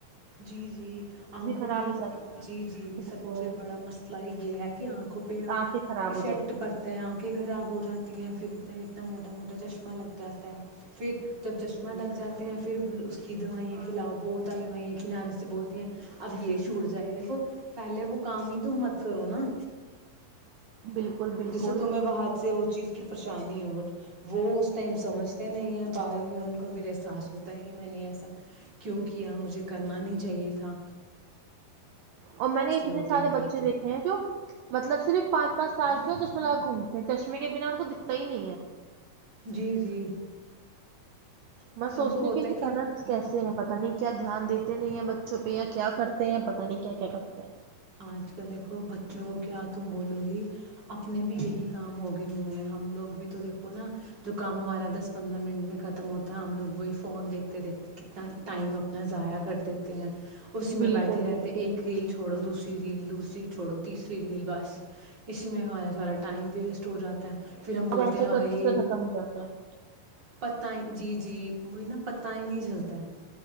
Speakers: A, on the right; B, on the right.
A: جی جی آنکھوں
B: خراب
A: پہ
B: ہو جاتی ہیں
A: جی جی
B: بالکل
A: سب سے بڑا مسئلہ یہ ہے کہ آنکھوں پہ افیکٹ
B: آنکھیں خراب ہو جاتی
A: پڑتا
B: ہیں
A: ہے آنکھیں خراب ہو جاتی ہیں پھر اتنا اتنا موٹا موٹا چشمہ لگ جاتا ہے پھر جب چشمہ
B: جی
A: لگ جاتے ہیں پھر کی دوائیںں کلاف وہ دوائیائیں کھلانے سے بولتی ہیں اب یہ چھوٹ جائے دیکھو پہلے وقام ہی تو مت کرو نا
B: بالکل بالکل
A: جیسے تمہیں بات سے وہ چیز کی پریشانی ہو وہ اس ٹائم سمجھتے نہیں ہیں باہر میں ان کو کبیر احساس ہوتا ہے میں نے ایسا کیونکہ ہاں مجھے کرنا نہیں چاہیے تھااں
B: اور میں نے اتنے
A: ہوتے
B: سارے
A: ہیں پھر
B: بچے
A: تو
B: دیکھے ہیں جو مطلب صرف پانچ پس سال کے اور چشمہ لاکھ گھومتے ہیں چشمے کے بنا ان کو دکھتا ہی نہیں ہے
A: جی جی
B: میں سوچتی
A: کو ہوتا
B: کہ ان
A: ہے
B: پیرنٹس کیسے ہیں پتہ نہیں کیا دھیان دیتے تے نہیں ہیں بچوں پہ کیا کرتے ہیں پتا نہیں کیا کیا کرتے ہیں
A: آج کل دیکھو بچوں کو کیا تم بولو گی اپنے بھی یہی کام ہوگے ہوئے ہیں ہم لوگ بھی تو دیکھو نا جو کام ہمارا دس پندرہ منٹ میں ختم ہوتا ہے ہم لوگ وہی فون دیکھتے دیکھتے کتنا ٹائم اپنا ضائع کر دیتے ہیں اسی میں
B: بالکل
A: بیٹھے رہتے
B: بالکل
A: ہیں ایک ریل چھوڑو دوسرا ری ریل دوسری چھوڑو تیسری ریل بس اسی میں ہم سارا ٹائم بھی اسٹ ہو جاتا ہے پھر ہم بولتے
B: اور ایسے
A: ہیں بھائی
B: کرتے کرتے ختم ہو جاتا ہے
A: پت جی جی وہی نا پت ہی نہیں جلتا ہے